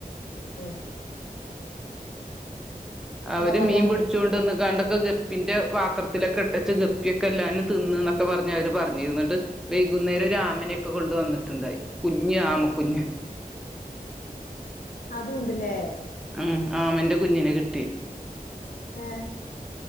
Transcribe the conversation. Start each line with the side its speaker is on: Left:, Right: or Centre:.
Left: ഏ
Centre: അവര്
Left: പറയാ
Centre: മീൻ പിടിച്ചോണ്ട്ന്ന്ക്കാണ്ടൊക്കെ ഗപ്പിന്റെ പാത്രത്തിലൊക്കെ ച്ച ഗപ്പിയൊക്കെ എല്ലും തിന്ന് എന്നൊക്കെ പറഞ്ഞ് അവര് പറഞ്ഞിരുന്നിട്ട് വൈകുന്നേരം രാമനെൊക്കെ കൊണ്ട് വന്നിട്ടുണ്ടായി കുഞ്ഞ് ആമ കുഞ്ഞ്
Left: അതൂണ്ട് ലേ
Centre: ഉം ആമന്റെ കുഞ്ഞിനെ കിട്ടി
Left: ആ